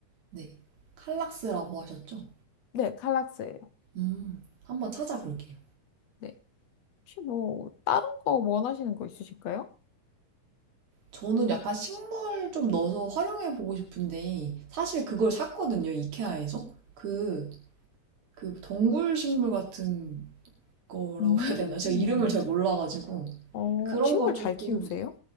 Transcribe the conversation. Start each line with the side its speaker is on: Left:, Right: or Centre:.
Right: 네. 칼락스라고 하셨죠?
Left: 네, 칼락스예요.
Right: 음, 한번 찾아볼게요.
Left: 네, 혹시 뭐 다른 거 원하시는 거 있으실까요?
Right: 저는 약간 식물 좀 넣어서 활용해보고 싶은데, 사실 그걸 샀거든요, 이케아에서. 그, 그 덩굴 식물 같은 거라고
Left: 음,
Right: 해야 되나? 제가 이름을 잘 몰라가지고.
Left: 어,
Right: 그런
Left: 식물
Right: 거 조금.
Left: 잘 키우세요?